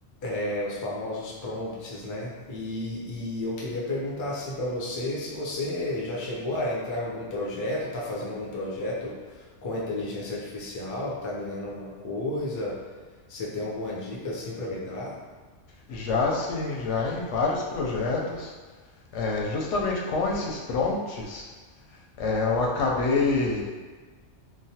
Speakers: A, on the left; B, on the left.
A: é, os famosos prompts, né? E, e eu queria perguntar assim para você se você já chegou a entrar em algum projeto, tá fazendo algum projeto com inteligência artificial, tá ganhando alguma coisa? Você tem alguma dica assim para me dar?
B: Já sim, já em vários projetos, é, justamente com esses prompts, é, eu acabei